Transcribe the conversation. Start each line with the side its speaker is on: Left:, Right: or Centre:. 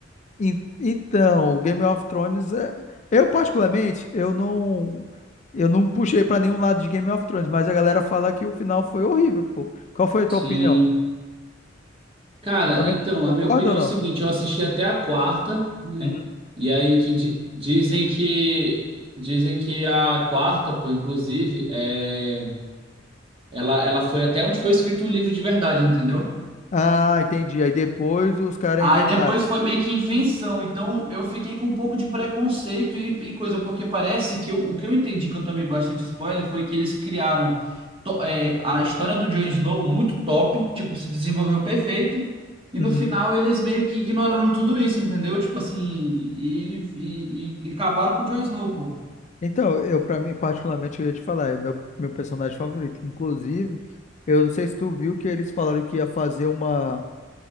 Left: En- Então, Game of Thrones é. Eu, particularmente, eu não. Eu não puxei pra nenhum lado de Game of Thrones, mas a galera fala que o final foi horrível, pô. Qual foi a tua
Right: Sim.
Left: opinião?
Right: Cara,
Left: Tu também
Right: então,
Left: concorda
Right: a minha opinião
Left: ou não?
Right: é o seguinte: eu assisti até a quarta, né?
Left: Uhum.
Right: E aí que di- dizem que. Dizem que a quarta, pô, inclusive, é, ela, ela foi até onde foi escrito o livro de verdade, entendeu?
Left: Ah, entendi. Aí depois os caras
Right: Aí
Left: inventaram.
Right: depois foi meio que invenção, então eu fiquei com um pouco de preconceito e, e coisa, porque parece que eu- o que eu entendi que eu tomei bastante spoiler foi que eles criaram to- é, a história do Jon Snow muito top, tipo, se desenvolveu perfeito, e
Left: Uhum.
Right: no final eles meio que ignoraram tudo isso, entendeu? Tipo assim, e, e, e- e acabaram com o Jon Snow, pô.
Left: Então, eu para mim particularmente eu ia te falar, é o meu meu personagem favorito. Inclusive, eu não sei se tu viu que eles falaram que ia fazer uma